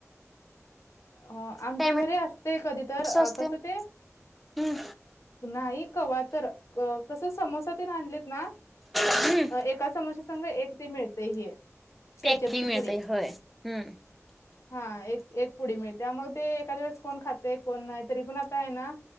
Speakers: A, on the left; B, in the centre.
A: अ आमच्या
B: टॅमॅटो
A: घरी असतय कधी तर
B: सॉस
A: कसं
B: तेन
A: ते
B: हम्म
A: नाही कवा तर क कस समोसा तेन आणलेत ना
B: हम्म
A: एका समोशा संग एक ते मिळतय हे कॅचअपची
B: पॅकिंग मिळतय
A: पुडी
B: होय हम्म
A: हा ए एक पुडी मिळतीया मग ते एका दिवस कोण खातय कोण नाही तरी पण आता आहे ना